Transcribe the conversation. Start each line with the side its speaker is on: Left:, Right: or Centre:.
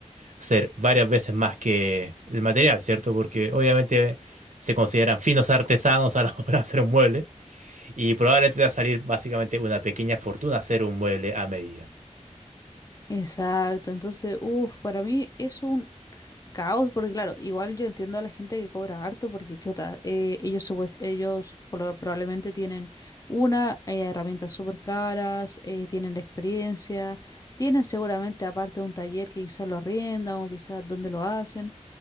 Right: hacer varias veces más que el material, ¿cierto? Porque obviamente se consideran finos artesanos a la <laughs> hora de hacer un mueble y probablemente te va a salir básicamente una pequeña fortuna hacer un mueble a medida.
Left: Exacto, entonces, uff, para mí es un caos, porque claro, igual yo entiendo a la gente que cobra harto, porque chuta, eh, ellos, supuest- ellos pro- probablemente tienen una, eh, herramientas súper caras, eh, tienen la experiencia, tienen seguramente aparte un taller que quizás lo arriendan o quizás donde lo hacen.